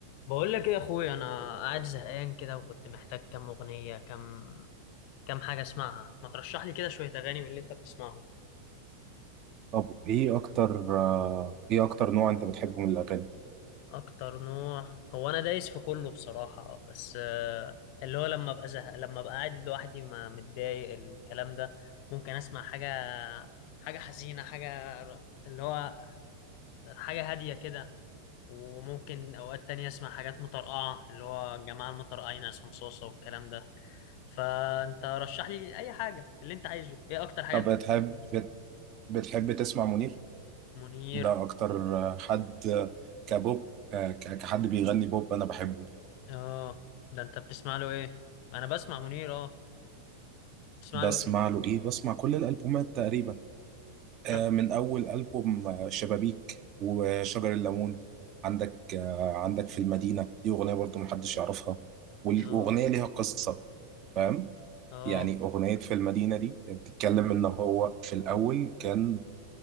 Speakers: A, on the left; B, on the right.
A: بقول لك ايه يا اخويا انا قاعد زهقان كده وكنت محتاج كام اغنيه كام كام حاجه اسمعها ما ترشح لي كده شويه اغاني من اللي انت بتسمعهم
B: طب ايه اكتر آه، ايه اكتر نوع انت بتحبه من الاغاني
A: اكتر نوع هو انا دايس في كله بصراحه بس آه، اللي هو لما ابقى زهق لما ابقى قاعد لوحدي ما متضايق الكلام ده ممكن اسمع حاجه حاجه حزينه حاجه ر- اللي هو حاجه هاديه كده وممكن اوقات تانية اسمع حاجات مطرقعه اللي هو الجماعه المطرقعين عصام صوصه والكلام ده فانت رشح لي اي حاجه اللي انت عايزه ايه اكتر حاجه
B: طب
A: انت
B: بتحب
A: بتحبها مثلا
B: بت- بتحب تسمع منير
A: منير
B: ده اكتر آه، حد آه، كبوب آه، ك- كحد بيغني بوب انا بحبه
A: اه ده انت بتسمع له ايه انا بسمع منير اه بتسمع
B: بسمع
A: له ايه
B: له ايه بسمع كل الالبومات تقريبا آه،
A: طب.
B: من اول البوم آه، شبابيك وشجر الليمون عندك آه، عندك في المدينة دي اغنية برضو محدش يعرفها والاغنية
A: اه
B: ليها قصة فاهم
A: اه
B: يعني أغنية في المدينة دي بتتكلم إن هو في الأول كان